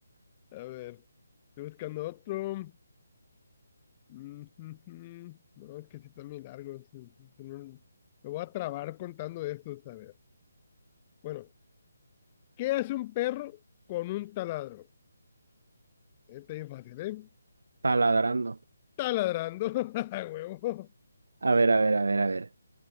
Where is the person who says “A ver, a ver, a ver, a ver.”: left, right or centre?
Right